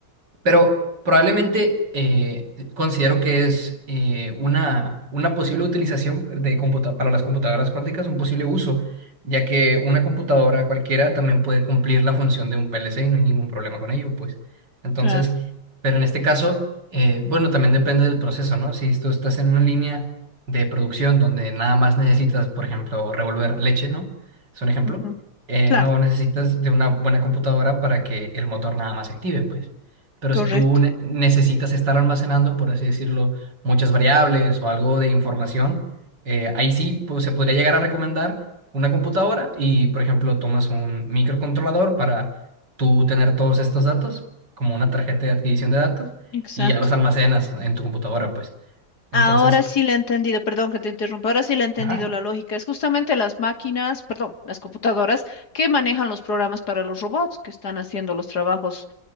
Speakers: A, on the right; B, on the left.
A: pero probablemente eh, considero que es eh, una, una posible utilización de computa- para las computadoras cuánticas, un posible uso, ya que una computadora cualquiera también puede cumplir la función de un PLC y no hay ningún problema con ello, pues. Entonces,
B: Claro,
A: pero en este caso, eh, bueno, también depende del proceso, ¿no? Si tú estás en una línea de producción donde nada más necesitas, por ejemplo, revolver leche, ¿no? Es un ejemplo.
B: ujú,
A: Eh,
B: Claro,
A: no necesitas de una buena computadora para que el motor nada más se active, pues. Pero
B: correcto,
A: si tú ne- necesitas estar almacenando, por así decirlo, muchas variables o algo de información, eh, ahí sí pues, se podría llegar a recomendar una computadora y, por ejemplo, tomas un microcontrolador para tú tener todos estos datos, como una tarjeta de adquisición de datos,
B: exacto.
A: y ya los almacenas en tu computadora, pues. Entonces,
B: Ahora sí le he entendido, perdón que te interrumpa, ahora sí le he entendido
A: ajá.
B: la lógica. Es justamente las máquinas, perdón, las computadoras que manejan los programas para los robots que están haciendo los trabajos